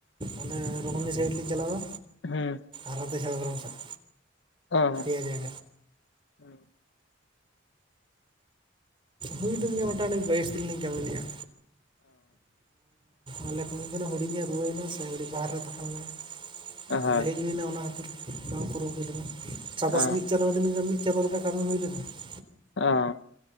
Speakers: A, on the right; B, on the left.
A: ᱚᱱᱮ ᱨᱩᱦᱱᱤ ᱥᱟᱭᱤᱰ ᱞᱤᱧ ᱪᱟᱞᱟᱣᱟ
B: ᱦᱮᱸ
A: ᱟᱨ ᱫᱚ <unintelligible> ᱡᱷᱟᱲᱜᱟᱢ ᱥᱮᱫ
B: ᱚᱸ
A: ᱡᱟᱭ <unintelligible>
B: ᱦᱮᱸ <inaudible>
A: ᱦᱩᱭ ᱞᱮ ᱜᱮᱭᱟ ᱢᱳᱴᱟᱢᱩᱴᱤ ᱵᱟᱭᱤᱥ ᱫᱤᱱ ᱞᱤᱧ ᱠᱟᱹᱢᱤ ᱞᱮᱫᱼᱟ ᱟᱞᱮ ᱠᱷᱚᱱ ᱛᱟᱦᱮᱱᱟ ᱦᱩᱰᱤᱧᱮ ᱨᱩᱣᱟᱹᱭᱮᱱᱟ ᱥᱮ ᱟᱹᱰᱤ ᱵᱟᱦᱨᱮ ᱨᱮ ᱛᱟᱦᱮᱸ ᱞᱮᱮᱱᱟᱭ
B: ᱚ ᱦᱳᱭ
A: ᱟᱫᱚ ᱦᱮᱡ ᱦᱩᱭᱱᱟ ᱚᱱᱟ ᱠᱷᱟᱹᱛᱤᱨ ᱵᱟᱝ ᱠᱚ ᱨ ᱦᱩᱭ ᱞᱮᱱᱟ ᱪᱟᱥ
B: ᱚ
A: <unintelligible> ᱢᱤᱫ ᱪᱟᱞᱟᱣ ᱞᱮᱱ ᱜᱮᱭᱟ ᱢᱤᱫ ᱪᱟᱸᱫᱚ ᱞᱮᱠᱟ ᱠᱟᱹᱢᱤ ᱦᱩᱭ ᱞᱮᱱᱟ ᱾
B: ᱟᱸ